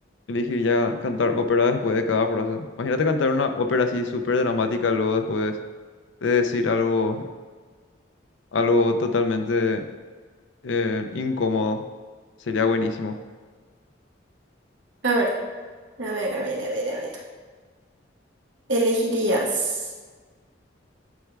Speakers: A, on the left; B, on the right.
A: elegir cantar ópera después de cada frase. Imagínate cantar una ópera así súper dramática luego después de decir algo, algo totalmente eh, incómodo. Sería buenísimo.
B: A ver, a ver, a ver, a ver, a ver. ¿Elegirías